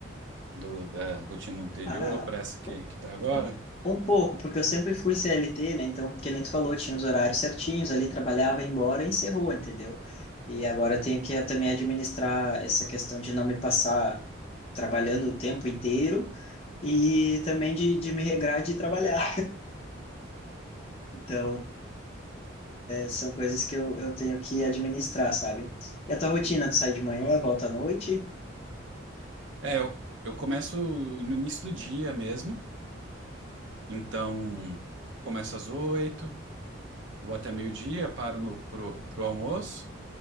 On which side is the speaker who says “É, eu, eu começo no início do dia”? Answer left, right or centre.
Right